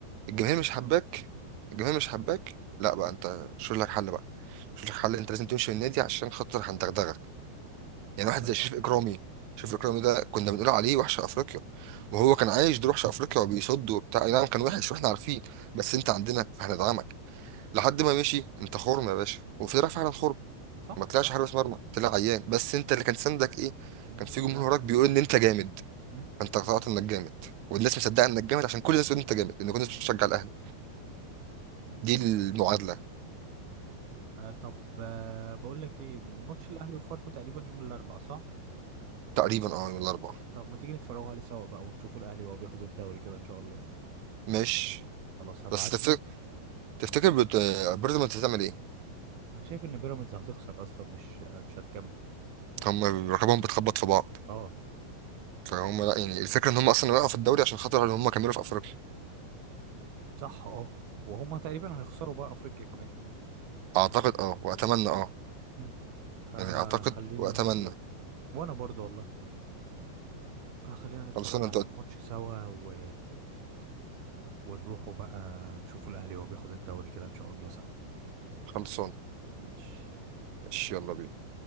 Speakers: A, on the right; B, on the right.
A: الجماهير
B: والله
A: مش
B: صح
A: حباك الجماهير مش حباك لا بقى انت شوف لك حل بقى شوف لك حل انت لازم تمشي من النادي عشان خاطر هندغدغك يعني
B: صح
A: واحد زي
B: صح
A: شريف اكرامي شريف اكرامي ده كنا بنقول عليه وحش افريقيا
B: امم
A: وهو كان عايش دور وحش افريقيا وبيصد وبتاع اي نعم كان وحش واحنا عارفين بس انت عندنا فهندعمك لحد ما مشي انت خرم يا باشا وطلع فعلا خرم
B: صح
A: ما طلعش
B: صح
A: حارس مرمى طلع عيان بس انت اللي كان سندك ايه
B: ان
A: كان
B: انت
A: في
B: في
A: جمهور
B: الاهلي
A: وراك بيقول ان انت جامد
B: امم
A: فانت اقتنعت انك جامد والناس مصدقه انك جامد عشان كل الناس تقول انت جامد ان كل الناس بتشجع الاهلي
B: أمم،
A: دي
B: صح
A: المعادله
B: آه طب آه بقول لك ايه ماتش الاهلي وفاركو تقريبا يوم الاربعاء صح
A: تقريبا اه ولا اربعه
B: طب ما تيجي نتفرجوا عليه سوا بقى ونشوفوا الاهلي وهو بياخد الدوري كده ان شاء الله
A: ماشي
B: خلاص هبعت
A: بس تفتكر
B: لك
A: تفتكر بت- بيراميدز هتعمل ايه؟
B: انا شايف ان بيراميدز هتخسر اصلا مش آه، مش هتكمل
A: هم رقابهم بتخبط في بعض
B: اه
A: فهم لا يعني الفكره ان هم اصلا وقعوا في الدوري عشان خاطر ان هم كملوا في افريقيا
B: صح اه وهما تقريبا هيخسروا بقى افريقيا كمان
A: اعتقد اه واتمنى اه
B: مم. فخلينا
A: يعني اعتقد واتمنى
B: نتفرج وانا برضو والله فخلينا نتفرج
A: خلصانه انت
B: على
A: قلت-
B: الماتش سوا و... ونروحوا بقى نشوفوا الاهلي وهو بياخد الدوري كده ان شاء الله سوا
A: خلصانه
B: ماشي
A: ماشي يلا بينا